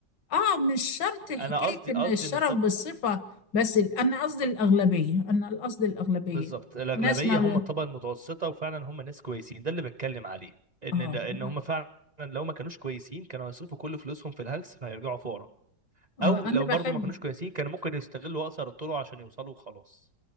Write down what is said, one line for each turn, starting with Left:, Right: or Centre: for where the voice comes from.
Left: اه مش شرط حكاية
Right: انا قصدي
Left: ان
Right: قصدي
Left: الشرف
Right: ان الطبقه
Left: بالصفة بس ال... انا قصدي الأغلبية انا قصدي الأغلبية
Right: بالظبط الاغلبيه
Left: ناس ما
Right: هم الطبقه المتوسطه وفعلا هم ناس كويسين ده اللي بتكلم عليه ان
Left: اه
Right: ان هم
Left: آه
Right: فعلا لو ما كانوش كويسين كانوا هيصرفوا كل فلوسهم في الهلس فهيرجعوا فقراء
Left: آه،
Right: او لو
Left: أنا بحب
Right: برضو ما كانوش كويسين كانوا ممكن يستغلوا اقصر الطرق عشان يوصلوا وخلاص